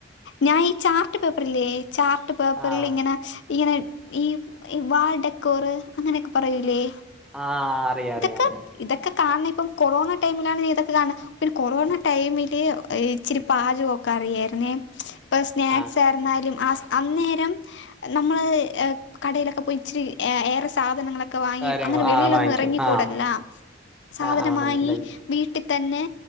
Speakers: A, on the left; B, in the centre.
A: ഞാൻ ഈ ചാർട്ട് പേപ്പറില്ലേ ചാർട്ട് പേപ്പറിൽ
B: ആഹ്
A: ഇങ്ങനെ ഇങ്ങനെ ഈ ഈ വാൾഡക്കോറ് അങ്ങനെയൊക്കെ പറയൂലേ
B: ആഹ് അറിയാം
A: ഇതൊക്കെ
B: അറിയാം അറിയാം
A: ഇതൊക്കെ കാണണം ഇപ്പം കൊറോണ ടൈമിലാണ് ഇതൊക്കെ കാണ പിന്നെ കൊറോണ ടൈമില് ഇച്ചിരി പാചകൊക്കെ അറിയായിരുന്നേ ഇപ്പൊ സ്നാക്സ്
B: ആഹ്
A: എന്നാലും ആഹ് അന്നേരം നമ്മള് ഏഹ് കടയിലൊക്കെ പോയി ഇച്ചിരി ഏറെ സാധനങ്ങളൊ ക്കെ വാങ്ങി
B: കാര്യങ്ങൾ
A: അങ്ങനെ വെളിയിലൊന്നും
B: ആഹ് വാങ്ങിക്കും
A: എറങ്ങിക്കൂടല്ലോ
B: ആഹ്
A: സാധനം
B: ആഹ് ആഹ് മനസ്സിലായി
A: വാങ്ങി വീട്ടിതന്നെ